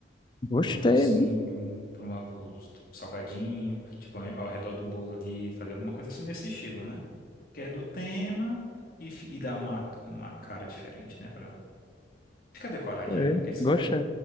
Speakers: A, on the left (about 25°); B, on the left (about 50°).
A: Gostei.
B: pros docinhos, pra uma- pros salgadinhos, tipo, ao redor do bolo ali, fazer alguma coisa assim nesse estilo, né? Que é do tema e, fi- e dá uma, uma cara diferente, né? Pra ficar decoradinho,
A: É,
B: né? O que que você
A: Gostei.
B: acha?